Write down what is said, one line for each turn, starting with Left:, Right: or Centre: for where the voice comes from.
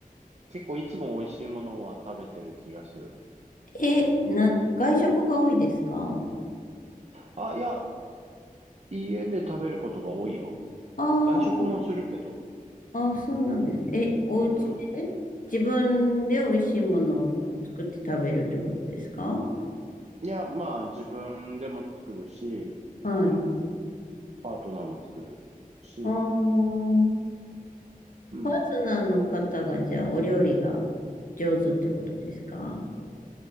Right: 結構いつも美味しいものは食べてる気がする。
Left: え、な、外食が多いですか
Right: あ、いや、家で食べることが多いよ。
Left: ああ、
Right: 外食もするけど。
Left: あ、そうなんですね。え、お家で自分で美味しいものを作って食べるってことですか
Right: うん。いや、まあ自分でも作るし、
Left: はい。
Right: パートナーも作るし。
Left: ああ
Right: うん。
Left: パートナーの方がじゃあお料理が上手ってことですか